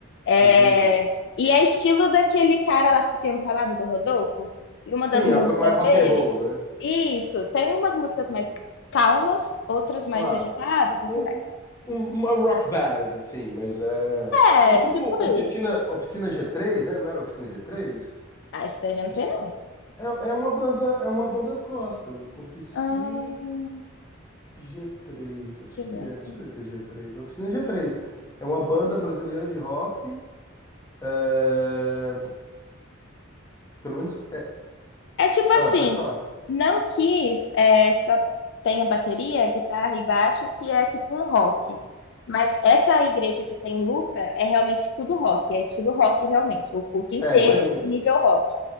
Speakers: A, on the left; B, on the left.
A: É,
B: entendi.
A: e é estilo daquele cara lá que você tinha me falado, do Rodolfo. E uma das
B: Sim,
A: músicas
B: é uma coisa mais rock
A: dele.
B: and roll, né?
A: Isso, tem umas músicas
B: Entendi.
A: mais calmas, outras mais
B: Claro.
A: agitadas, e
B: Um-
A: assim vai.
B: um- um- uma rock ballad, assim, mas é.
A: É,
B: É tipo
A: tipo isso.
B: Oficina, Oficina g três, né? Não era Oficina g três?
A: Ah, isso daí eu já não
B: Acho
A: sei,
B: que
A: não.
B: é, é uma banda, é uma banda gospel. Oficina
A: Hum,
B: g três, acho
A: deixa
B: que
A: eu
B: é. Deixa
A: ver.
B: eu ver se é g três, Oficina g três É uma banda brasileira de rock. é, Pelo menos. é-
A: É tipo assim,
B: Ah, pode falar.
A: não que é, só tenha bateria, guitarra e baixo, que é tipo um rock. Mas essa igreja que tem luta é realmente tudo rock, é estilo rock realmente, o culto inteiro,
B: É, imagino.
A: nível rock.